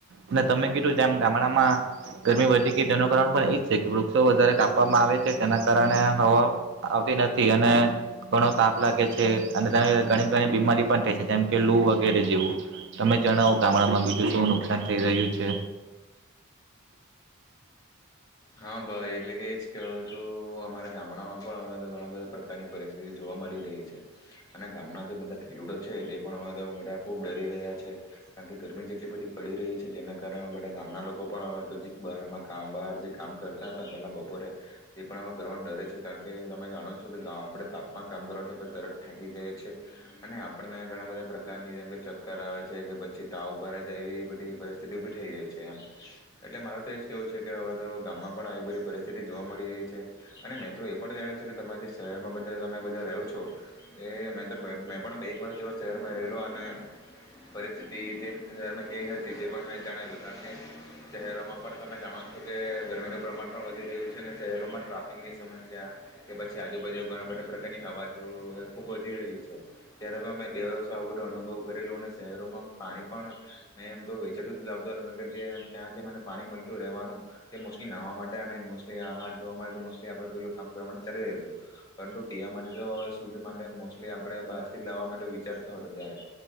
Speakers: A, on the right; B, on the left.
A: અને તમે કીધું જેમ ગામડામાં ગરમી વધી ગઈ તેનું કારણ પણ એજ છે કે વૃક્ષો વધારે કાપવામાં આવે છે તેના કારણે હવા આવતી નથી અને ઘણો તાપ લાગે છે અને તેના લ ઘણી ઘણી બીમારી પણ થાય છે જેમ કે લુ વગેરે જેવું તમે જણાવો ગામડામાં બીજું શું નુકસાન થઈ રહ્યું છે
B: હા ભાઈ એટલે કે એ જ કે હવે તો અમારા ગામડામાં પણ હવે તો ઘણા બધા પ્રકારની પરિસ્થિતિ જોવા મળી રહી છે અને ગામના જે બધા ખેડૂતો છે તે પણ હવે તો બધા ખૂબ ડરી રહ્યા છે કારણ કે ગરમી જેટલી બધી પડી રહી છે જેના કારણે બધા ગામના લોકો પણ હવે તો બહારમાં ક બહાર જે કામ કરતા હતા પહેલાં બપોરે તે પણ આ કરવાનું ડરે છે કારણ કે તમે જાણો છો કે ગ આપણે તાપમાં કામ કરવાથી આપણે તરત થાકી જઈએ છીએ અને આપણને ઘણા બધા પ્રકારની જેમ કે ચક્કર આવે છે કે પછી ટાવભરા જાય એવી બધી પરિસ્થિતિ ઊભી થઈ જાય છે એમ એટલે મારે તો એ જ કેહેવું છે કે હવે તો ગામમાં પણ આવી બધી પરિસ્થિતિ જોવા મળી રહી છે અને મેં તો એ પણ જાણ્યું છેું કે તમારા જે શહેરમાં બધા તમે બધા રહો છો એ મેં તો મેં પણ બે એક વરષ જો શહેરમાં રહેલો અને પરિસ્થિતિ જે શહેરમાં કેવી હતી તે પણ મેં જાણેલું કારણ કે શહેરોમાં પણ તમે જાણો છો તે ગરમીનું પ્રમાણ પણ વધી રહ્યું છે અને શહેરોમાં ટ્રાફિકની સમસ્યા કે પછી આજુબાજુ ઘણા બધા પ્રકારની અવાજો એ ખૂબ વધી રહી છે ત્યારે પણ મેં બે વર્ષ આવું બધું અનુભવ કરેલું અને શહેરોમાં પાણી પણ મેં એમ તો વેચેતું જ લાવતો નથી કારણ કે જે ત્યાં જે મને પાણી મળતું રહેવાનું તે મોસ્ટલી નાહવા માટે અને મોસ્ટલી હાથ ધોવા માટે કે મોસ્ટલી આપણે પેલું કામ કરવા માટે ચાલી જ્યું હતું પરંતુ પીવા માટે તો શુદ્ધ માટે મોસ્ટલી આપણે બહારથી જ લાવવા માટે વિચારતો હતો ત્યારે